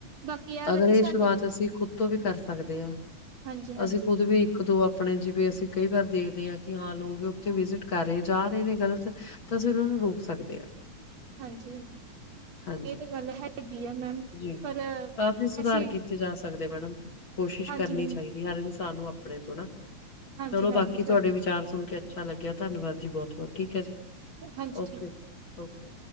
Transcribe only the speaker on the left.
ਅਗਰ
ਇਹ
ਸ਼ੁਰੂਆਤ ਅਸੀਂ ਖੁਦ ਤੋਂ ਵੀ ਕਰ ਸਕਦੇ ਹਾਂ
ਅਸੀਂ ਖੁਦ ਵੀ ਕਦੋ ਆਪਣੇ ਜਿਵੇਂ ਅਸੀਂ ਕਈ ਵਾਰ ਦੇਖਦੇ ਹਾਂ ਕਿ ਹਾਂ ਲੋਕ ਉੱਥੇ ਵਿਜਿਟ ਕਰ ਰਹੇ ਜਾ ਰਹੇ ਨੇ ਗ਼ਲਤ ਤਾਂ ਅਸੀਂ ਉਹਨਾਂ ਨੂੰ ਰੋਕ ਸਕਦੇ ਹਾਂ‌‌।
ਹਾਂਜੀ
ਜੀ
ਕਾਫ਼ੀ ਸੁਧਾਰ
ਕੀਤੇ ਜਾ ਸਕਦੇ ਮੈਡਮ‌। ਕੋਸ਼ਿਸ਼
ਕਰਨੀ
ਚਾਹੀਦੀ ਹਰ ਇਨਸਾਨ ਨੂੰ ਆਪ ਆਪਣੇ ਤੋਂ ਨਾ
ਚਲੋ
ਬਾਕੀ ਤੁਹਾਡੇ ਵਿਚਾਰ ਸੁਣ ਕੇ ਅੱਛਾ ਲੱਗਿਆ ਧੰਨਵਾਦ ਜੀ ਬਹੁਤ ਬਹੁਤ ਠੀਕ ਹੈ ਜੀ।
Okay
okay.